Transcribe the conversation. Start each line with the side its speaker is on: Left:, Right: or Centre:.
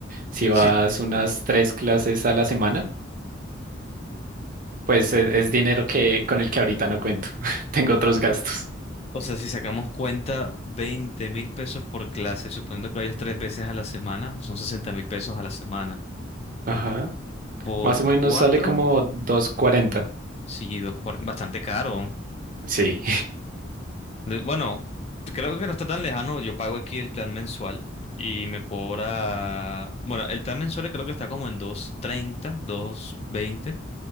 Right: si vas
Left: Si,
Right: unas tres clases a la semana pues e- es, dinero que con el que ahorita no cuento. <laughs> Tengo otros gastos.
Left: o sea, si sacamos cuenta, veinte mil pesos por clase, suponiendo que vayas tres veces a la semana, son sesenta mil pesos a la semana.
Right: Ajá.
Left: Por
Right: Más o menos
Left: cuatro.
Right: sale como doscientos cuarenta.
Left: Sí, dos cuar- bastante caro.
Right: Sí,
Left: De- Bueno, creo que no está tan lejano. Yo pago aquí el plan mensual y me cobra. Bueno, el plan mensual creo que está como en dos treinta dos veinte